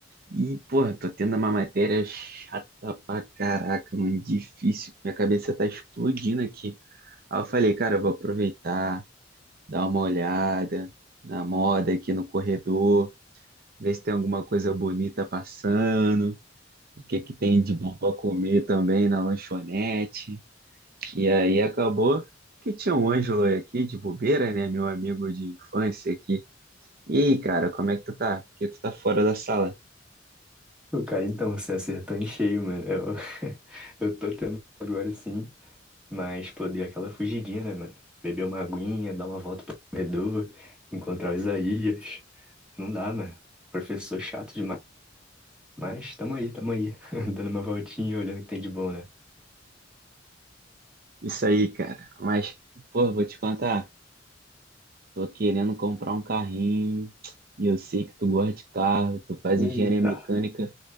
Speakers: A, on the right (about 50°); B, in the centre.
A: e, porra, tô tendo uma matéria chata pra caraca, mano, difícil. Minha cabeça tá explodindo aqui. Aí eu falei, cara, eu vou aproveitar, dar uma olhada na moda aqui no corredor ver se tem alguma coisa bonita passando, o que que tem de bom para comer também na lanchonete. E aí acabou que tinha um Ângelo aqui de bobeira, né, meu amigo de infância aqui. E aí, cara, como é que tu tá? Porque tu tá fora da sala?
B: Pô, cara, então, você acertou em cheio, mano. Eu, <laughs> eu tô tendo agora sim, mas pô, dei aquela fugidinha, né, mano? Beber uma aguinha, dar uma volta pro corredor, encontrar o Isaías. Não dá, mano. Professor chato demais. Mas tamo aí, tamo aí. <laughs> Dando uma voltinha, olhando o que tem de bom, né?
A: Isso aí, cara. Mas, pô, vou te contar, tô querendo comprar um carrinho. E eu sei que tu gosta de carro, tu faz engenharia
B: Eita.
A: mecânica.